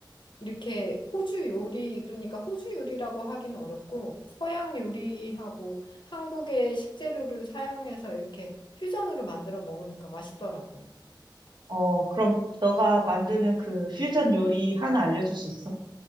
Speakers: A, on the left; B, on the right.
A: 이렇게 호주 요리, 그러니까 호주 요리라고 하긴 어렵고 서양 요리하고 한국의 식재료를 사용해서 이렇게 퓨전으로 만들어 먹으니까 맛있더라고.
B: 어, 그럼 너가 만드는 그 퓨전 요리 하나 알려줄 수 있어?